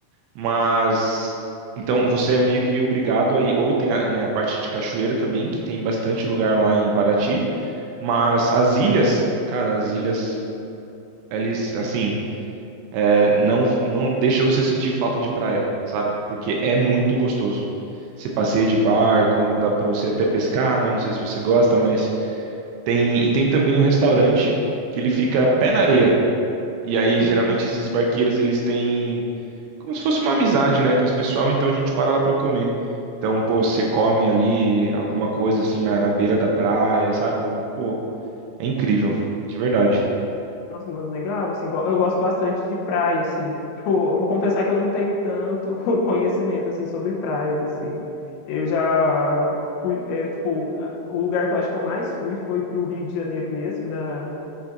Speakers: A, on the right; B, on the left.
A: Mas então você é meio que obrigado aí, ou tem a, né, a parte de cachoeira também, que tem bastante lugar lá em Paraty, mas as ilhas, cara, as ilhas, eles assim, é, não não deixa você sentir falta de praia, sabe? Porque é muito gostoso. Você passeia de barco, dá pra você até pescar, né? Não sei se você gosta, mas tem e tem também um restaurante que ele fica pé na areia. E aí
B: Hum.
A: geralmente esses barqueiros eles têm como se fosse uma amizade, né, com esse pessoal, então a gente para lá pra comer. Então, pô, você come ali alguma coisa assim na, na beira da praia, sabe? Pô, é incrível, de verdade.
B: Nossa, mano, legal, assim, go- eu gosto bastante de praia, assim, tipo, eu vou confessar que eu não tenho tanto <laughs> conhecimento, assim, sobre praias, assim, eu já fui, é, tipo, a- o lugar que eu acho que eu mais fui foi pro Rio de Janeiro mesmo, da,